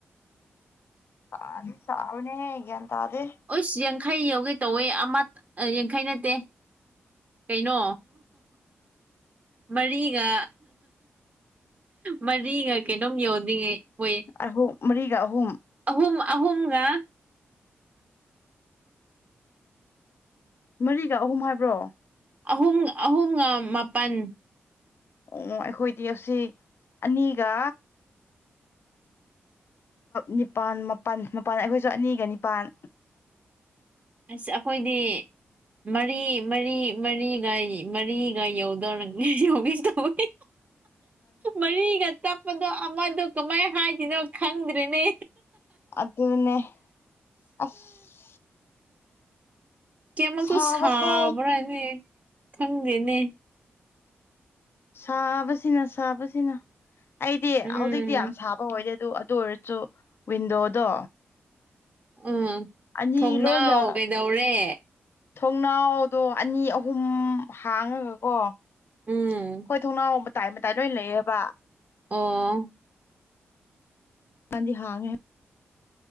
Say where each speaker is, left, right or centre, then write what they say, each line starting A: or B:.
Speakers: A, on the left (about 60°); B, on the right (about 35°).
A: ꯁꯥꯗꯤ ꯁꯥꯕꯅꯦꯍꯦ ꯒꯌ꯭ꯥꯟ ꯇꯥꯗꯦ
B: ꯎꯁ ꯌꯥꯡꯈꯩ ꯌꯧꯒꯦ ꯇꯧꯋꯦ ꯑꯃ ꯌꯥꯡꯈꯩ ꯅꯠꯇꯦ ꯀꯩꯅꯣ ꯃꯔꯤꯒ ꯃꯔꯤ ꯒꯥ ꯀꯩꯅꯣꯝ ꯌꯧꯅꯤꯡꯉꯩ ꯑꯣꯏꯌꯦ
A: ꯑꯍꯨꯝ ꯃꯔꯤꯒ ꯑꯍꯨꯝ
B: ꯑꯍꯨꯝꯝ ꯑꯍꯨꯝꯝꯒ
A: ꯃꯔꯤꯒ ꯑꯍꯨꯝ ꯍꯥꯏꯕ꯭ꯔꯣ
B: ꯑꯍꯨꯝ ꯑꯍꯨꯝꯒ ꯃꯥꯄꯜ
A: ꯎ ꯑꯩꯈꯣꯏꯗꯤ ꯑꯁꯤ ꯑꯅꯤꯒ ꯅꯤꯄꯥꯜ ꯃꯄꯜ ꯃꯄꯜ ꯑꯩꯈꯣꯏꯁꯨ ꯑꯅꯤꯒ ꯅꯤꯄꯥꯥꯟ
B: ꯑꯁ ꯑꯩꯈꯣꯏꯗꯤ ꯃꯔꯤ ꯃꯔꯤ ꯃꯔꯤꯒ ꯃꯔꯤꯒ ꯌꯧꯗꯧꯔꯅꯦ ꯌꯧꯒꯦ ꯇꯧꯏ
A: <unintelligible>
B: ꯃꯔꯤꯒ ꯇꯞꯄꯗꯣ ꯑꯃꯗꯣ ꯀꯃꯥꯏꯅ ꯍꯥꯏꯗꯣꯏꯅꯣ ꯈꯪꯗ꯭ꯔꯦꯅꯦ
A: ꯑꯗꯨꯅꯦ ꯑꯐ <inaudible>
B: ꯀ꯭ꯌꯥꯃꯛꯁꯨ
A: ꯁꯥꯕꯁꯦ
B: ꯁꯥꯕ꯭ꯔꯥꯅꯦ ꯈꯪꯗꯦꯅꯦ
A: ꯁꯥꯕꯁꯤꯅ ꯁꯥꯕꯁꯤꯅ ꯑꯩꯗꯤ
B: ꯎꯝ
A: ꯍꯧꯖꯤꯛꯇꯤ ꯌꯥꯝ ꯁꯥꯕ ꯑꯣ ꯑꯣꯏꯔꯁꯨ ꯑꯗꯨ ꯑꯣꯏꯔꯁꯨ ꯋꯤꯟꯗꯣꯗꯣ
B: ꯎꯝ
A: ꯑꯅꯤ
B: ꯊꯣꯡꯅꯥꯎ
A: ꯂꯣꯏꯅ
B: ꯀꯩꯗꯧꯔꯦ
A: ꯊꯣꯡꯅꯥꯎꯗꯣ ꯑꯅꯤ ꯑꯍꯨꯝ ꯍꯥꯡꯉꯒꯀꯣ ꯑꯥꯈꯣꯏ
B: ꯎꯝ
A: ꯊꯣꯡꯅꯥꯎ ꯃꯇꯥꯏ ꯃꯇꯥꯏ ꯂꯣꯏ ꯂꯩꯑꯦꯕ
B: ꯑꯣ
A: ꯑꯅꯤ ꯍꯥꯡꯉꯦ